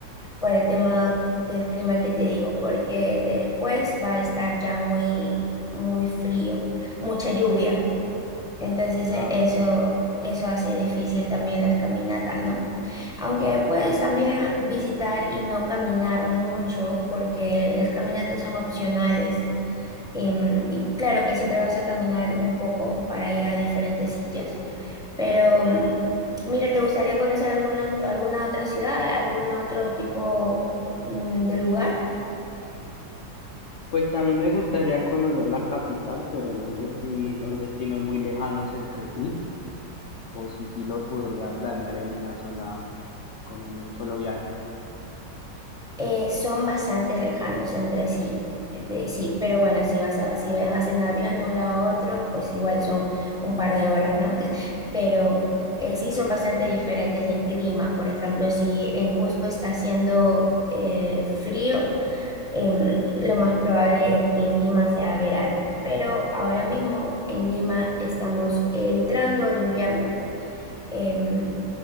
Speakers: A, in the centre; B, on the left (about 75°).
A: por el tema del clima que te digo, porque después va a estar ya muy, muy frío, mucha lluvia. Entonces
B: Ah,
A: e- eso,
B: ok.
A: eso hace difícil también las caminatas, ¿no? Aunque puedes también visitar y no caminar mucho, porque las caminatas son opcionales. Em, y claro que siempre vas a caminar un poco para ir a diferentes sitios, pero, mm, mira, ¿te gustaría conocer algún ot- alguna otra ciudad, algún otro tipo mm, de lugar?
B: Pues a mí me gustaría conocer la capital, pero no sé si son destinos muy lejanos entre sí o si sí lo podría planear en una sola, como en un solo viaje.
A: Eh, son bastante lejanos entre sí, eh, de, sí, pero bueno, si vas a, si viajas en avión de un lado a otro, pues igual son un par de horas, ¿no? <laughs> Pero eh, sí son bastante diferentes en clima. Por ejemplo, si en Cusco está haciendo eh, frío, em, lo más probable es que en Lima sea verano, pero ahora mismo en Lima estamos entrando al invierno, em,